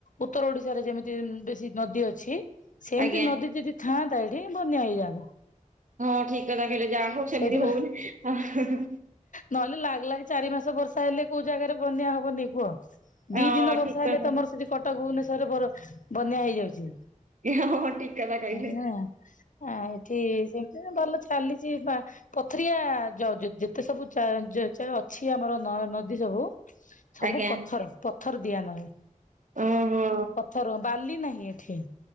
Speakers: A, on the left (about 70°); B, on the right (about 70°).
A: ଉତ୍ତର ଓଡିଶାରେ ଯେମିତି ବେଶୀ ନଦୀ ଅଛି ସେମିତି
B: ଆଜ୍ଞା।
A: ନଦୀ ଯଦି ଥାନ୍ତା ଏଇଠି ବନ୍ୟା ହେଇଯାନ୍ତା।
B: ହଁ ଠିକ୍ କଥା କହିଲେ ଯାହା ହଉ ସେମିତି
A: ସେଇଥିପାଇଁ
B: ହଉନି ଆ ହା-ହା
A: ନହେଲେ ଲାଗ୍ ଲାଗି ଚାରି ମାସ ବର୍ଷା ହେଲେ କୋଉ ଜାଗାରେ ବନ୍ୟା ହବନି କୁହ? ଦି
B: ହଁ
A: ଦିନ ବର୍ଷା
B: ଠିକ
A: ହେଲେ
B: କଥା।
A: ତମର ସେଠି କଟକ ଭୁବନେଶ୍ଵରରେ ବର ବନ୍ୟା ହେଇଯାଉଚି।
B: ହଁ ଠିକ କଥା କହିଲେ
A: ହଁ ଆ ଏଠି ସେମତି ଭଲ ଚାଲିଛି ପା ପଥରିଆ ଯ ଯେତେ ଯ ସବୁ ଅଛି ଆମର ନଦୀ ସବୁ ସବୁ
B: ଆଜ୍ଞା
A: ପଥର ପଥର ଦିଆ ନହଉ
B: ଓହୋ।
A: ପଥର ବାଲି ନାହିଁ ଏଠି।